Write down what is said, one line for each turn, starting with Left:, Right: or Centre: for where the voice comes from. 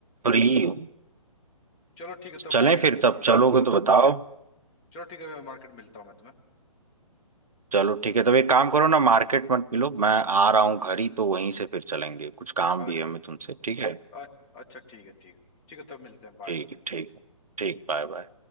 Right: फ्री हूँ
Left: चलो ठीक है तब
Right: चलें
Left: मैं
Right: फिर तब चलोगे तो बताओ
Left: चलो ठीक है मैं मार्केट मिलता हूँ मैं तुम्हें
Right: चलो ठीक है तब एक काम करो ना मार्केट मत मिलो मैं आ रहा हूँ घर ही तो वहीं से फिर चलेंगे कुछ काम
Left: अ-
Right: भी है हमें तुमसे ठीक है
Left: अ- अच्छा ठीक है ठीक है ठीक है तब मिलते हैं बाय
Right: ठीक है ठीक है ठीक बाय बाय